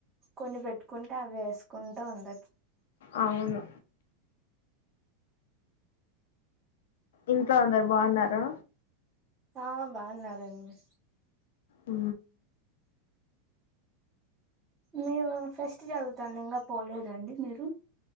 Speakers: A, on the right (about 15°); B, on the left (about 80°).
A: కొని పెట్టుకుంటా అవి వేసుకుంటా ఉండ
B: అవును ఇంకా అందరు బాగున్నారా
A: ఆ బాగున్నారండి
B: ఉ
A: మీరు ఫెస్ట్ జరుగుతంది ఇంగా పోలేదా అండి మీరు